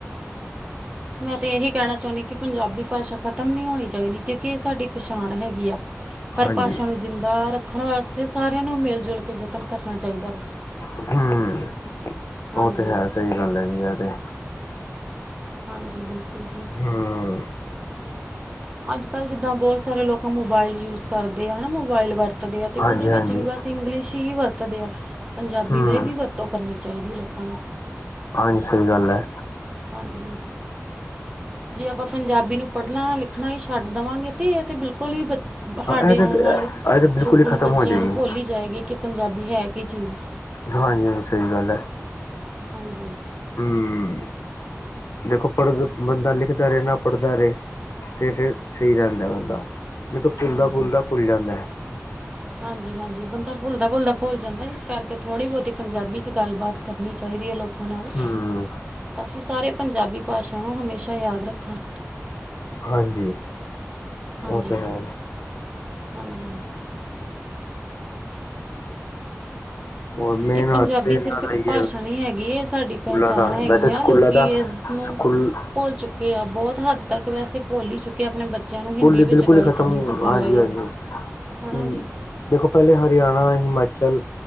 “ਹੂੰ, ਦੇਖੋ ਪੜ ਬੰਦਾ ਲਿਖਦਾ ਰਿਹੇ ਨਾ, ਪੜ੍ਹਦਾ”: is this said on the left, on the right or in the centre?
Left